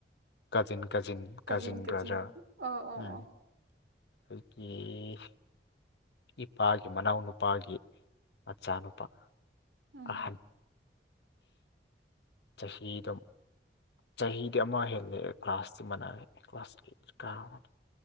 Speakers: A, on the left (about 75°); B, on the right (about 80°).
A: cousin cousin
B: cousin
A: cousin
B: cousin
A: brother
B: ꯑꯣ ꯑꯣ
A: ꯎꯝ
B: ꯑꯣ
A: ꯑꯗꯒꯤ ꯏꯄꯥꯒꯤ ꯃꯅꯥꯎ ꯅꯨꯄꯥꯒꯤ ꯃꯆꯥꯅꯨꯄꯥ
B: ꯎꯝ
A: ꯑꯍꯟ ꯆꯍꯤꯗꯝ ꯆꯍꯤꯗꯤ ꯑꯃ ꯍꯦꯜꯂꯛꯦ ꯀ꯭ꯂꯥꯁꯇꯤ ꯃꯅꯥꯛ ꯀ꯭ꯂꯥꯁ ꯑꯩ ꯀꯥ ꯑꯃꯗ